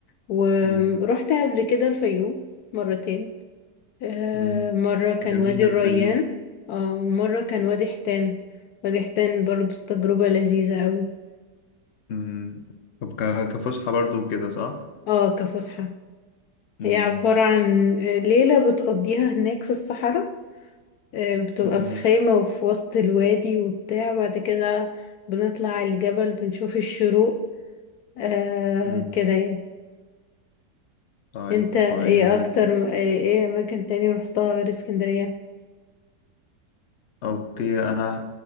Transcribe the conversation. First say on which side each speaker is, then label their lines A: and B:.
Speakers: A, on the left; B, on the left.
A: ورحت
B: امم
A: قبل كده الفيوم مرتين آه،
B: امم
A: مرة كان
B: جميل
A: وادي
B: الفيوم
A: الريان اه ومرة كان وادي حيتان وادي حيتان برضو تجربة لذيذة أوي
B: امم طب ك- كفسحه برضو كده صح
A: اه كفسحة
B: مم.
A: هي عبارة عن آه، ليلة بتقضيها هناك في الصحراء آه، بتبقى
B: مم.
A: في خيمة وفي وسط الوادي وبتاع بعد كده بنطلع على الجبل بنشوف الشروق آه
B: مم.
A: كده يعني
B: طيب
A: انت ايه
B: كويس جدا
A: اكتر آه، ايه ايه اماكن تاني رحتها غير اسكندرية
B: اوكي انا